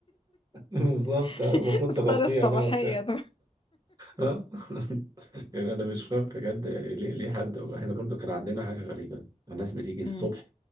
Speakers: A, on the right; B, on the left.
A: بالظبط
B: <laughs>
A: آه، المفروض
B: افطار
A: تغطيها
B: الصباحيه
A: بقى وبتاع
B: ده
A: اه <laughs> يعني انا مش فاهم بجد يعني ليه ليه حد واحنا برضو كان عندنا حاجه غريبه الناس بتيجي الصبح
B: امم